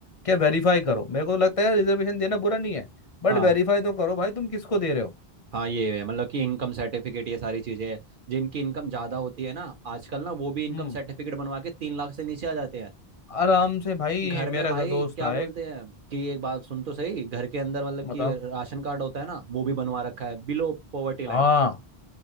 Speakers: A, on the left; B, on the right.
A: क्या वेरीफाई करो मेरे को लगता है रिजर्वेशन देना बुरा नहीं है बट
B: हाँ
A: वेरीफाई तो करो भाई तुम किसको दे रहे हो
B: हाँ ये है मतलब कि इनकम सर्टिफिकेट ये सारी चीजें हैं जिनकी इनकम ज्यादा होती है ना आजकल ना वो भी इनकम
A: हम्म
B: सर्टिफिकेट बनवा के तीन लाख से नीचे आ जाते हैं
A: आराम से भाई
B: घर
A: मेरा
B: में भाई
A: का दोस्त
B: क्या
A: था
B: बोलते
A: एक
B: हैं कि एक बात सुन तो सही घर के अंदर मतलब
A: बताओ
B: कि राशन कार्ड होता है ना वो भी बनवा रखा है बिलो पॉवर्टी लाइन
A: हाँ